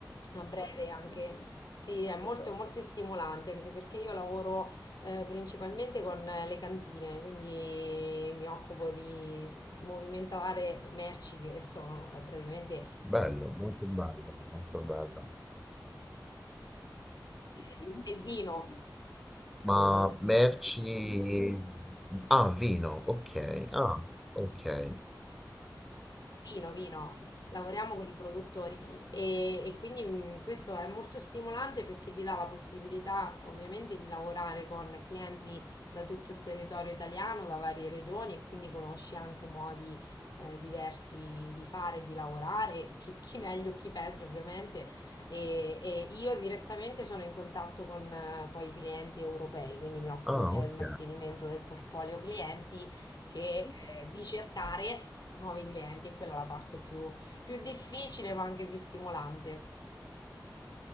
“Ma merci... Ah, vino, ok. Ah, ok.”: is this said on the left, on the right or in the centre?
Centre